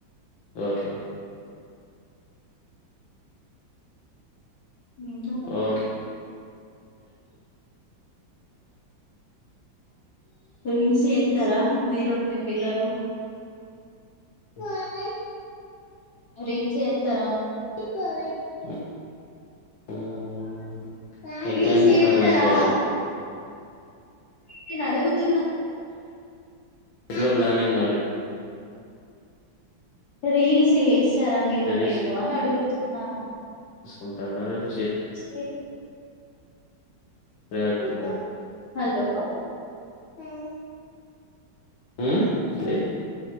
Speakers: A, on the left (about 80°); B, on the left (about 50°).
A: ఓకే
B: ఇంకా
A: ఓకే
B: రీల్స్ చేత్తర మీరు ఎప్. పిల్లలు
A: ఓయ్
B: రీల్ చేత్తర
A: ఇవాట్ ఇ ఆహ్హ్హ్
B: రీల్స్
A: ఇంకా అండి
B: చేత్తరా
A: పది మంది చేయ్యాల.
B: నేను అడుగుతున్నాను
A: ఇలా ప్లానింగ్ మరి
B: రీల్స్ జేస్ త్తరా మీరు
A: ట్రెడిషనల్
B: రేపు అని అడుగుతున్నాను.
A: ఉంటాన్ ర రేపు చే
B: రేప్
A: రేపు ఉంటాయ్
B: హలో
A: ప హ్మ్ ఏంటి